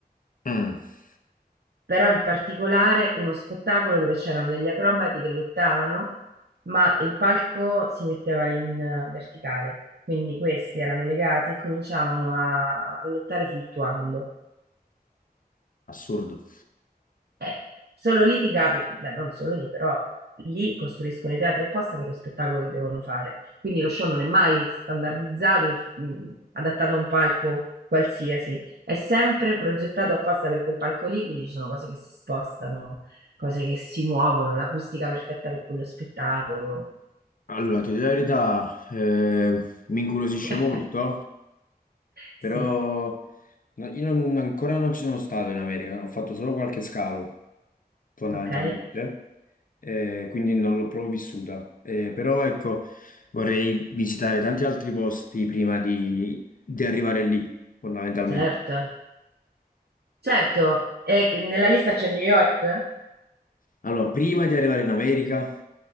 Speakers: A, on the left; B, on the right.
A: mm.
B: però in particolare uno spettacolo dove c'erano degli acrobati che lottavano, ma il palco si metteva in eh, verticale. Quindi questi erano legati e cominciavano a a lottare fluttuando.
A: Assurdo.
B: Eh, solo lì ti capi, beh, non solo lì, però lì costruiscono i teatri apposta per lo spettacolo che devono fare. Quindi lo show non è mai standardizzato e mh, adattato a un palco qualsiasi, è sempre progettato apposta per quel palco lì, quindi ci sono cose che si spostano, cose che si muovono, l'acustica perfetta per quello spettacolo.
A: Allora, ti dico la verità, eh, mi incuriosisce
B: <laughs>
A: molto, però
B: Sì,
A: no- io non- ancora non ci sono stato in America, ho fatto solo qualche scalo, fondamentalmente,
B: ok,
A: eh, quindi non l'ho proprio vissuta. Eh, però ecco, vorrei visitare tanti altri posti prima di di arrivare lì, fondamentalmente.
B: certo, certo. E che- nella lista c'è New York?
A: Allora, prima di arrivare in America,